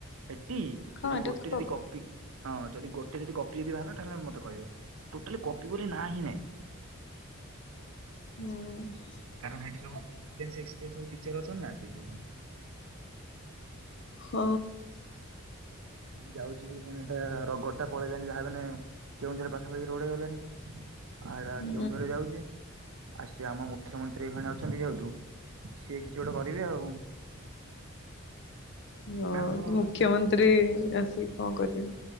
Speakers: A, on the right (about 75°); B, on the left (about 55°).
A: ସେଟି
B: ହଁ
A: ସେଟି
B: ଏଟା
A: ଗୋଟେ
B: ତ କ
A: ଯଦି
B: ହୁଁ
A: କପି ହଁ ଯଦି ଗୋଟେ ଯଦି କପି ଯଦି ବାହାରିଲା ତାହଲେେ ମତେ କହିବ ଟୋଟାଲି କପି ବୋଲି ନାଁ ହିଁ ନାଇଁ।
B: ହୁଁ।
A: କାରଣ ଏଠି ସବୁ <inaudible> ଟିଚ୍ ର ଅଛ୍ ନା ସେଇଥିପାଇଁ।
B: ହ।
A: ଯାଉଚି ବି ପୁଣି ଏଟା ରଗ୍ ଟା ପଳେଇ ଲାଣି ଭାବେନା। କେଉଁଝର ପାଖାପାଖି ରୋଡ୍ ହେଇଗଲାଣି ଆଡା
B: ହୁଁ
A: କେଉଁଝର ରେ ଯାଉଚି। ଆ ସିଏ ଆମ ମୁଖ୍ୟମନ୍ତ୍ରୀ ଏଇଖଣି ଅଛନ୍ତି ଯେହେତୁ ସିଏ କିଛି ଗୋଟେ କରିବେ ଆଉ।
B: ହଁ
A: ନା ଆମର
B: ମୁଖ୍ୟମନ୍ତ୍ରୀ
A: କିନ୍ତୁ
B: ଆସି କଁ କରିବେ।